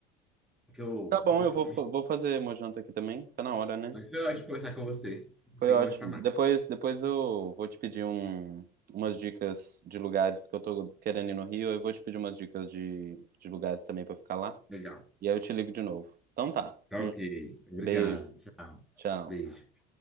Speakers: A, in the centre; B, on the right.
A: Porque eu
B: tá bom,
A: tô com
B: eu
A: fome.
B: vou, fa- vou fazer uma janta aqui também. Tá na hora, né?
A: Mas eu acho que conversar com você. A
B: Foi
A: tem
B: ótimo.
A: que conversar mais.
B: Depois, depois eu vou te pedir um, umas dicas de lugares que eu tô querendo ir no Rio. Eu vou te pedir umas dicas de, de lugares também pra ficar lá.
A: Legal.
B: E aí eu te ligo de novo. Então tá.
A: Tá
B: Hum,
A: ok. Obrigado.
B: beijo.
A: Tchau.
B: Tchau.
A: Beijo.